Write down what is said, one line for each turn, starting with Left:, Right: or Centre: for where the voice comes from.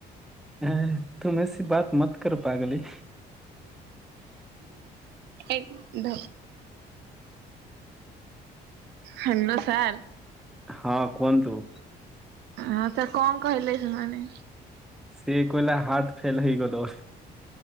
Centre: ହେଁ ତୁମ୍ ଏସି ବାତ୍ ମତ୍ କରୋ ପାଗ୍ ଲି।
Right: ଏ ଧ ହାନୋ ସାର୍।
Centre: ହଁ କୁହନ୍ତୁ।
Right: ହଁ ତ କଣ କହିଲେ ସେମାନେ?
Centre: ସିଏ କହିଲା ହାର୍ଟ୍ ଫେଲ୍ ହେଇଗଲ।